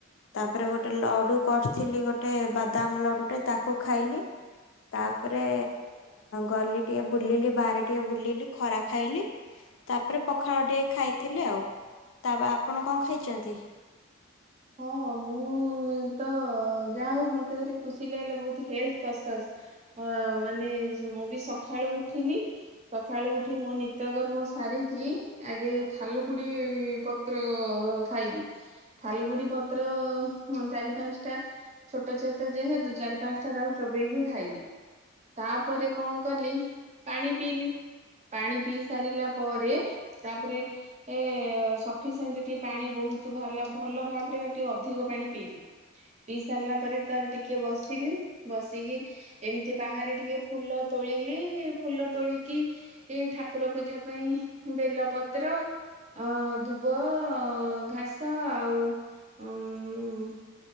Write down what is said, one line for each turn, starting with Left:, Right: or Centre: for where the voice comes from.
Left: ତାପରେ ଗୋଟେ ଲଡୁ କର୍ ଥିଲି ଗୋଟେ ବାଦାମ ଲଡୁ ଟେ ତାକୁ ଖାଇଲି। ତାପରେ ଗଲି ଟିକେ ବୁଲିଲି ବାହାରେ ଟିକେ ବୁଲିଲି ଖରା ଖାଇଲି। ତାପରେ ପଖାଳ ଟେ ଖାଇଥିଲେ ଆଉ। ତା ଆପଣ କଣ ଖାଇଛନ୍ତି?
Right: ହଁ ମୁଁ ତ ଯା ହଉ ମତେ ଧରି ଖୁସି ଲାଗିଲା ବହୁ ହେଲ କସସ୍। ହଁ ମାନେ ମୁଁ ବି ସକାଳୁ ଉଠିଲି ସକାଳୁ ଉଠି ମୋ ନିତ୍ୟକର୍ମ ସାରିକି ଆଗେ ଥାଲୁକୁଡି ପତ୍ ତ୍ର ଖାଇଲି। ଥାଲଗୁଡି ପତ୍ର ହଁ ଚାରି ପାଞ୍ଚଟା ଛୋଟ ଛୋଟ ଯେହେତୁ ଚାରି ପାଞ୍ଚଟା ତାକୁ ଚୋବେଇକି ଖାଇଲି। ତାପରେ କଣ କଲି? ପାଣି ପିଇଲି। ପାଣି ପିଇ ସାରିଲା ପରେ ତାପରେ ଏ ସଫିସିଏଣ୍ଟ ଟିକେ ପାଣି ବହୁତ ଭଲ ଭଲ ଭାବ୍ ତାପରେ ଆଉ ଟିକେ ଅଧିକ ପାଣି ପିଇଲି, ପିଇ ସାରିଲା ପରେ ତାର ଟିକେ ବସିଲି, ବସିକି ଏମିତି ବାହାରେ ଟିକେ ଫୁଲ ତୋଳିଲି, ଫୁଲ ତୋଳିକି ଏଇ ଠାକୁର ପୂଜା ପାଇଁ ବେଲ ପତ୍ର, ଅ ଦୁବଘାସ ଆଉ
Left: <unintelligible>
Right: ଉଁ